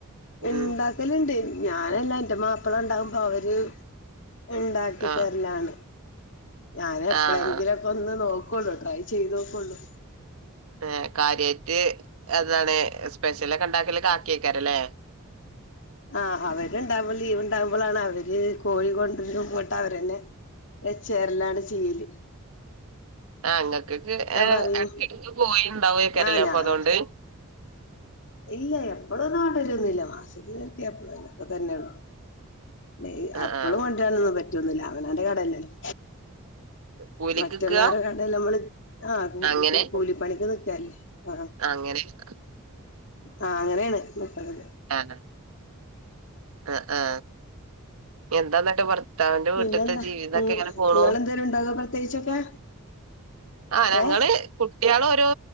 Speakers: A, on the right; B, on the left.
A: ഉം
B: ഇണ്ടാക്കലി ഉണ്ട് ഞാനല്ല എന്റെ മാപ്പള ഉണ്ടാവുമ്പോ അവര് ഇണ്ടാക്കി
A: ആഹ്
B: തരലാണ് ഞാന് എപ്പളെങ്കിലൊക്കെ
A: ആഹ്
B: ഒന്ന് നൊ കുള്ളൂ ട്രൈ ചെയ്തോകുള്ളൂ
A: ഏ കാര്യാറ്റ് അ താണ് സ്പെഷ്യലക്കെ ണ്ടാക്കില് കാക്കിയക്കാരല്ലേ
B: ആഹ് അവര്ണ്ടാവ ലീ ഉണ്ടാവ മ്പോളാണ് അവര് കോഴി കൊണ്ടുരൻ പോയിട്ട് അവരന്നെ വേചേരലാണ് ചെയീല്
A: ആ ങ്ങക്കക്ക് ഏ
B: പറയും
A: എടക്കടക്ക പോയിണ്ടാവകേരല്ല
B: ആഹ് ഞാൻ
A: അപ്പൊ അതുണ്ട്
B: ഇല്ല എപ്പളൊനോണ്ടരന്നില്ല മാസത്തിലൊരിക്കെ എപ്പോളെലൊക്കെ തന്നെയന് ലെ
A: ആഹ്
B: അപ്പളുണ്ടരാൻ
A: ആഹ്
B: ഒന്നും പറ്റ റ്റുന്നുല്ല അവനാന്റെ കടയലല്ലോ
A: കൂലിക്ക്
B: മറ്റുള്ളവരെ
A: നിക്കാ
B: കണ്ടല്ലേ നമ്മള് ആ കൂലി
A: അങ്ങനെ
B: കൂലിപ്പണിക്ക് നിക്കല്ലേ ആ
A: അങ്ങനെ
B: ആ അങ്ങനെയാണ് <unintelligible>
A: ആ ആ ആ നിഎന്താന്നട്ട് പറ ഭർത്തവിന്റെ
B: പിന്നെന്താ
A: വീട്ടത്തെ ജീവിതവെക്കെ
B: ഉം
A: എങ്ങനെ പോണു
B: നിങ്ങളെന്തേലും ഉണ്ടാക്കോ പ്രത്യേകിച്ചൊക്കെ
A: ആ ഞങ്ങള്
B: ഏഹ്
A: കുട്ടികളൊരോ